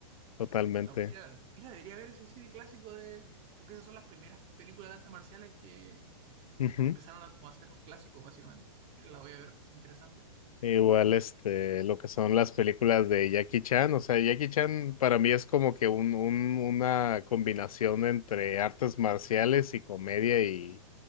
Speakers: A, on the left; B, on the right.
A: totalmente.
B: La- mira, mira, debería ver ese cine clásico de... Porque esas son las primeras películas de artes marciales que,
A: Ujú.
B: que empezaron a como a ser clásicos, básicamente. Mira, la voy a ver, interesante.
A: Igual, este, lo que son las películas de Jackie Chan. O sea, Jackie Chan para mí es como que un, un, una combinación entre artes marciales y comedia y